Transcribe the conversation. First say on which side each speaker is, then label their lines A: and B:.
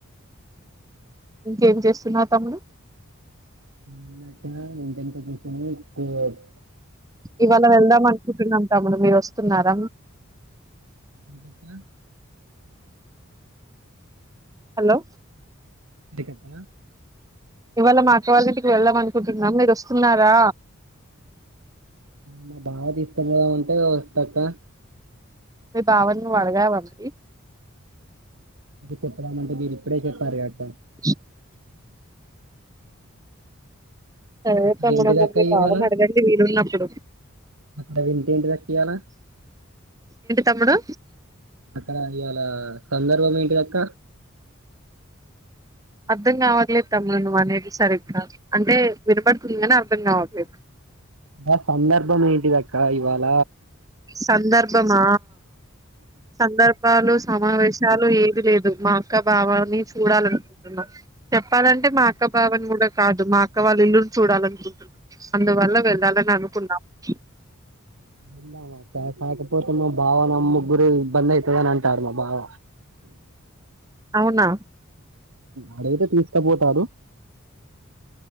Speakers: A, on the right; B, on the right.
A: ఇంకేం చేస్తున్నావ్ తమ్ముడు
B: <unintelligible> ఇండిన్ <unintelligible>
A: ఇవాళ వెళ్దాం అనుకుంటున్నాం తముడు మీరు వ వస్తున్నార
B: ఇకప్ప <inaudible>
A: హలో
B: ఎ కట్టా
A: ఇవాళ మా అక్క వాళ్ళ ఇంటికి వెళ్దాం అనుకుంటున్నాం మీరు వస్తున్నారా
B: మా బావ నీ తీసుకొని పోమన్ <inaudible>
A: మీ బావనీ నువు అడగావా అబ్
B: చెప్పదామంటే మీరు ఇప్పుడే చెప్పారు గా అక
A: చి
B: స
A: అ అదే
B: అక్కడ
A: తమ్ముడు
B: ఏంటిదక్క
A: మరి మీ బావ
B: ఇవాళ
A: న అడగండి వీలు ఉన్నప్పుడు
B: అక్కడ వింత ఏంటిదక్క ఇయ్యాల
A: తమ్ముడు
B: అక్కడ ఇవాళ సందర్భం ఏంటిదక్క
A: అర్థం కావలేదు తమ్ము నువ్వు అనేది సరిగ్గా అంటే వినపడుతుంది కానీ అర్థం కావట్లేదు
B: ఆ సందర్భం ఏంటిద అక్క ఇవాళ
A: సందర్భమా సందర్భాలు సమావేశాలు ఏ లేదు మా అక్క భావాని చూడాలనుకుంటున్నా చెప్పాలంటే మా అక్క బావని కూడా కాదు మా అక్క వాళ్ళ ఇల్లుని చూడాలనుకుంటున్నా అందువల్ల వెళ్ళాలని అనుకున్నాం చె
B: ఇలామాట పాట పో మా భావ నమ్ ముగ్గురు బందైతదని అంటారు మా భావ
A: అవునా
B: అడయితే తీస్కపోతాడు